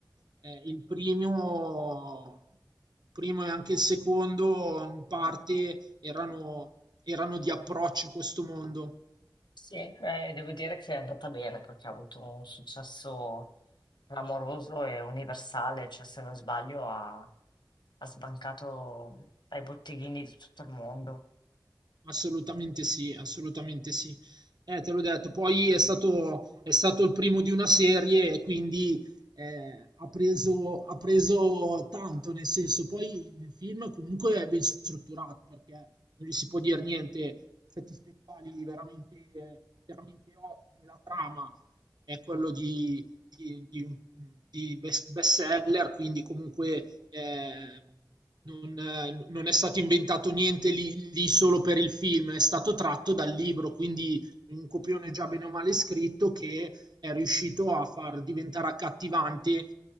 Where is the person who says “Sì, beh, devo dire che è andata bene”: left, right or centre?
Left